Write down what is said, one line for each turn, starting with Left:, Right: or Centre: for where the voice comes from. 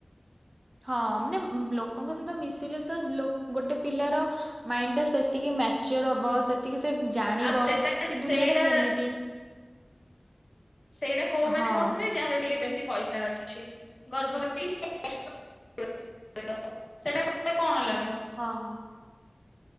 Right: ହଁ ମାନେ ଲୋକଙ୍କ ସହିତ ମିଶିଲେ ତ <unintelligible> ଗୋଟେ ପିଲାର। ମାଇଣ୍ଡ ଟା ସେତିକି ମେଚୁର ହବ। ସେ ଟିକେ ସେ ଜାଣିବ
Left: ଆଉ ସେଟା
Right: କି
Left: ସେଇଟା
Right: ଦୁନିଆ ଟା କେମିତି।
Left: ସେଇଟା କୋଉମାନେ
Right: ହଁ
Left: କରୁଥିବେ ଯାହାର ଟିକେ ବେଶୀ ପଇସା ଅଛି। ଠିକ ଗର୍ବ ହେଇ <unintelligible> ସେଟା କଲେ କଣ ଲାଭ।
Right: ହଁ।